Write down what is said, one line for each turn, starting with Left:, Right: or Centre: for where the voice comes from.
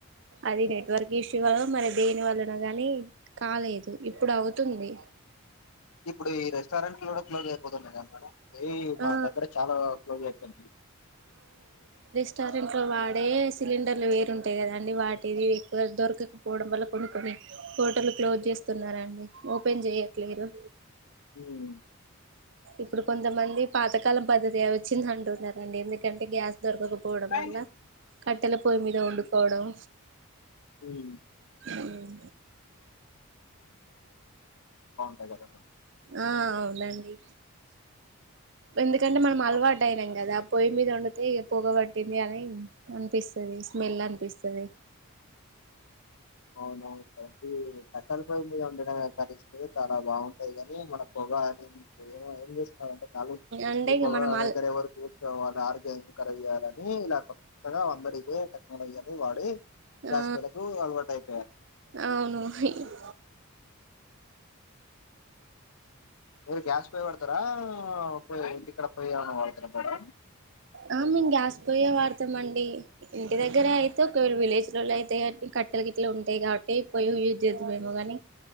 Right: అది
Left: ఉమ్.
Right: నెట్వర్క్ ఇష్యూ ఆ మరి దేని వల్లనొ గాని కాలేదు ఇప్పుడు అవుతుంది
Left: ఇప్పుడు ఈ రెస్టారెంట్లు కూడా క్లోజ్ అయిపోతున్నాయి కద మేడం ఏయ్ మా
Right: ఆ
Left: దగ్గర చాలా క్లోజ్ అయ్యిపోనియి
Right: రెస్టారెంట్లో వాడే సిలిండర్లు వేరుంటాయి కదా అండి వాటిది ఎక్కువ దొరకకపోవడం వల్ల కొన్ని కొన్ని హోటలు క్లోజ్ చేస్తున్నారండీ ఓపెన్ చేయట్లేరు
Left: మ్
Right: ఇప్పుడు కొంతమంది పాతకాలం పద్ధతి వచ్చింది అంటున్నారండి ఎందుకంటే గ్యాస్ దొరకకపోవడం
Left: ఉమ్
Right: వల్ల కట్టెల పొయ్యి మీద వండుకోవడం
Left: ఉమ్
Right: మ్
Left: కద అన్న
Right: ఆ అవునండి ఎందుకంటే మనం
Left: మేడం
Right: అలవాటు అయినాం కదా పొయ్యి మీద వండితే ఇక పొగ పట్టింది అని అనిపిస్తది స్మెల్ అనిపిస్తది
Left: అవునవును కదండీ కట్టెలు పోయి మీద వండిన గా నటించ చాలా బాగుంటాది కాని మన పొగ అని నీకు ఏమో ఏం చేస్త చ
Right: అంటే ఇగ
Left: బ
Right: మనం
Left: అ
Right: అల్
Left: దగ్గర ఎవ సో వాళ్ళు ఆర్గర చేయ్యాలని ఇలా కొత్తగా వందడిదే టెక్నాలజీ అనేది వాడి గ్యాస్
Right: ఆ
Left: పోయ్ లకు అల్వా టైయి
Right: అవును హి హ్
Left: మీరు గ్యాస్ పోయి వాడతారా పోయ్ ఇంటి ఇక్కడ పోయి ఏమన్న పడతారా మేడ
Right: ఆ మేము గ్యాస్ పొయ్యే వాడతాం అండి ఇంటి దగ్గర అయితే ఒకవేళ విలేజ్ లో అయితే కట్టెల గిట్ల ఉంటాయి కాబట్టి పోయి యూజ్ చేద్దామేమో గాని